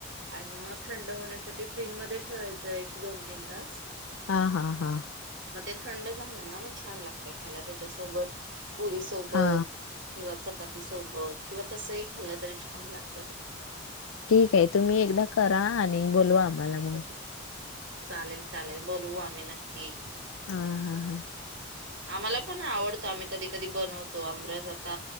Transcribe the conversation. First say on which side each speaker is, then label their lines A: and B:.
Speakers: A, on the right (about 60°); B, on the left (about 75°).
A: आणि मग थंड होण्यासाठी फ्रिज मध्ये ठेवायच एक दोन तीन तास
B: हा हा हा
A: मग ते थंड झालं ना मग छान लागतय खायला त्याच्यासोबत पुरी सोबत
B: हा
A: किंवा चपाती सोबत किंवा तसही खाल्लं तरी छान लागत
B: <unintelligible> ठीक आहे तुम्ही एकदा करा आणि बोलवा आम्हाला मग
A: ह चालेल चालेल बोलवू आम्ही नक्की
B: हा.. हा.. हा..
A: आम्हाला पण आवडतो आम्ही कधी कधी बनवतो आमरस आता